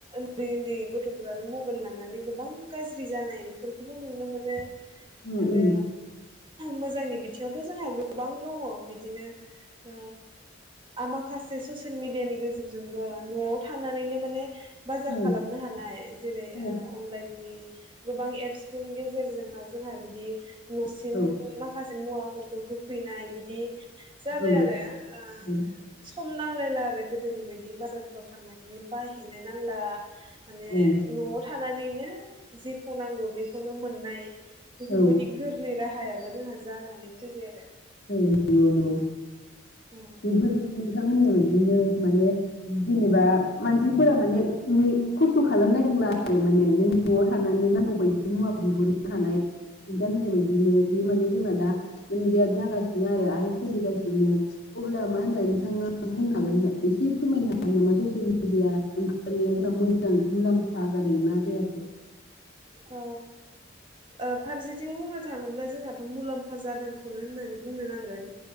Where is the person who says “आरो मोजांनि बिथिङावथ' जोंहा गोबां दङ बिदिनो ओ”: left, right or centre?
Right